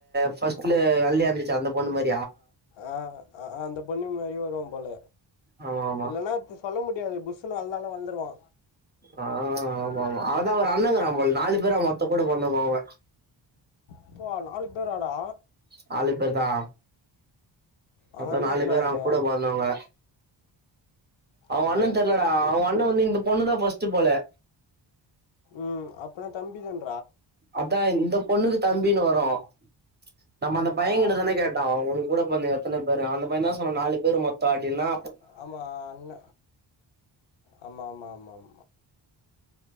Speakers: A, on the right; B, on the left.
A: ஃபர்ஸ்ட்ல வெள்யா இருந்துச்சசே அந்த பொண்ணு மாரி
B: ஆ அ அந்த பொண்ணு மாரியே வருவாம் போல
A: ஆமா ஆமா
B: இல்லைன்னா அது சொல்ல முடியாது புஸ்ஸுனு வளந்தாலும் வளந்துருவா
A: ஆ ஆமா ஆமா அவதா அவ அண்ணங்குறான் போல் நாலு பேர் அவு மொத்த கூட போர்ந்தவுங் அவுங்க
B: அப்பா நாலு பேராடா
A: நாலு பேர் தா
B: அவங்க
A: மொத்த
B: என்ன
A: நாலு
B: எத்தனை
A: பேர்
B: அது
A: அவ் கூட பொர்ந்தவுங்க அவ
B: ஆ,
A: அண்ணன் தெர்லடா அவுங் அண்ணன் வந்து இந் த பொண்ணுதா ஃபஸ்ட்டு போல
B: ம் அப்பனா தம்பி தன்
A: அதா இந்த பொண்ணுக்கு தம்பினு வரும் நம்ம அந்த பையன்கிட்ட
B: ஆ
A: தான கேட்டோம் கூட பொந்தங் எத்தன பேரு அந்த பையன் தா சொன்ன நாலு பேரு மொத்த அடின்னா
B: ஆமா அண்ண ஆமா ஆமா ஆமா ஆமா